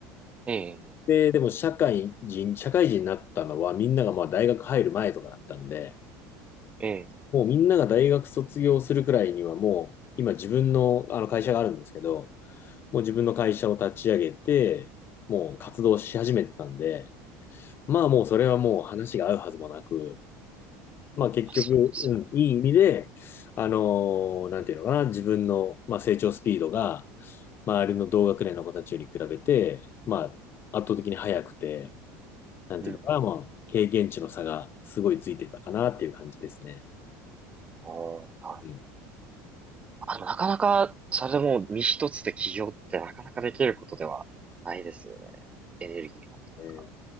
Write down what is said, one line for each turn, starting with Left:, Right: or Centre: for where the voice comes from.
Right: ど。ええ、
Left: で、でも社会人、社会人になったのはみんながまあ大学入る前とかだったんで、
Right: え
Left: もうみんなが大学卒業するくらいにはもう今自分のあの会社があるんですけど、もう自分の会社を立ち上げて、
Right: え。
Left: もう活動し始めてたんで、
Right: うん
Left: まあもうそれはもう話が合うはずもなく、まあ結局、
Right: まあ、そうですよね。
Left: うん、いい意味で、あのーなんていうのかな、自分の、まあ、成長スピードが、周りの同学年の子たちより比べて、まあ圧倒的に速くて、なんていうのかな、
Right: うん。
Left: まあ経験値の差がすごいついてたかなっていう感じですね。
Right: おーあ、
Left: うん。
Right: あ、なかなか、それでもう身一つで起業ってなかなかできることではないですよね。エネルギーがあるとか。
Left: えー